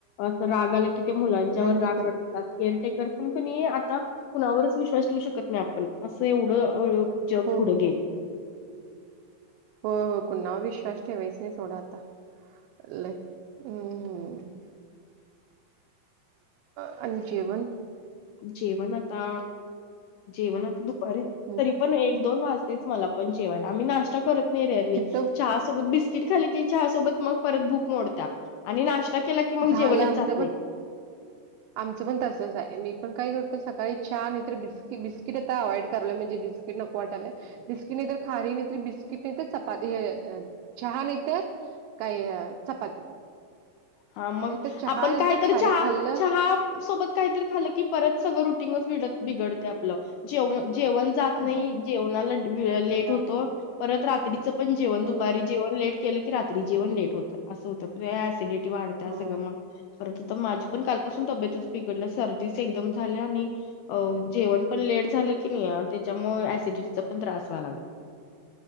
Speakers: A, on the left; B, on the right.
A: असं रागाला कि मुलाच्या
B: नाही,
A: वर राग
B: नाही करत.
A: काढतात केअरटेकर पण कणी आता कुणावरच विश्वास ठेवू शकत नाही आपण असं एवढं जग
B: हो,
A: पुढं
B: हो,
A: गेलय.
B: हो. हो कुनावर विश्वास ठेवायच नाही सोडा आता. लय, हम्म. आणि जेवन.
A: जेवण आता, जेवण आता दुपारी.
B: मग
A: तरी पण एक दोन वाजतेच मला पण जेवायला. आम्ही नाश्ता करत नाही रेअरली.
B: तिथं
A: चहासोबत बिस किट खाली की, चहा सोबत मग परत भुक मोडत्या आपली आणि नाश्ता केला की, मग
B: झालं
A: जेवणच
B: आमचं
A: जात
B: पण
A: नाही. <inaudible>
B: आमचं पण तसंच आहे मी पण काय करतो सकाळी चहा नाहीतर बिस्कट बिस्किट आता अवॉइड करलंय म्हणजे बिस् नको वाटालय, बिस्कि नाय तर खारी नाही तर बिस्की किती ते चपाती चहा नाही तर काय चपाती.
A: हा मग
B: नाहीतर चहा
A: आपण
B: नाहीतर
A: काय तररी
B: खारी
A: चहा
B: खाल्लं
A: चहा सोबत काहीतरी खालं की, परत सगळं रुटिंगच बिडत बिघडतय आपलं. जेव जेवण जात नाही.
B: भूक
A: जेवणाला ड वे लेट
B: जात
A: होतो.
B: नाही.
A: परत रात्रीचं पण जेवण,
B: हं,
A: दुपारी जेवण लेट केलं की, रात्री जेवण लेट होतं. असं होतं. ॲसिडिटी वाढत
B: होय.
A: सगळं मग परत तर माझी पण कालपासून तब्येतच बिघडल्या. सर्दीच एकदम झाल्या आणि अ जेवण पण लेट झाले की नाही, त्याच्यामुळे ऍसिडिटीचा पण त्रास व्हा लागलाय.